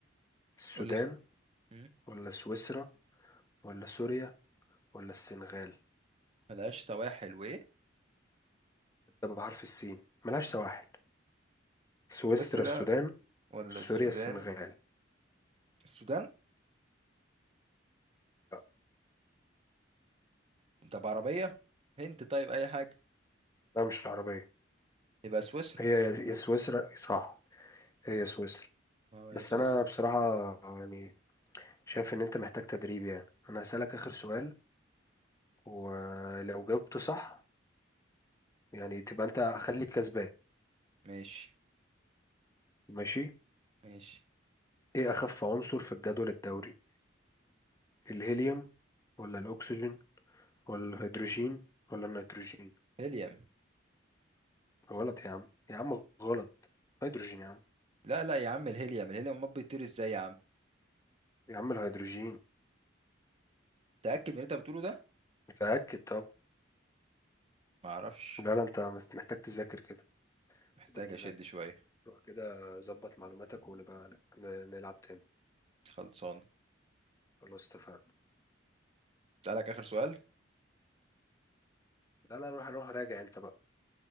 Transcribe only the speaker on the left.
السودان
ولا سويسرا ولا سوريا ولا السنغال
بتبدأ بحرف السين ملهاش سواحل سويسرا
السودان
سوريا
السنغال
لا
لا، مش عربية
هي يا يا سويسرا صح هي يا سويسرا
بس
أنا بصراحة يعني شايف إن أنت محتاج تدريب يعني أنا هسألك آخر سؤال ولو جاوبته صح يعني تبقى أنت هخليك كسبان
ماشي
إيه أخف عنصر في الجدول الدوري الهيليوم ولا الأكسجين ولا الهيدروجين ولا النيتروجين
غلط يا عم يا عم غلط هيدروجين يا عم
يا عم الهيدروجين
متأكد طب
لا لا أنت محتاج تذاكر كده
محتاج تذاكر
روح كده ظبط معلوماتك ونبقى نك- ن- نلعب تاني
خلاص اتفقنا
لا لا روح روح راجع انت بقى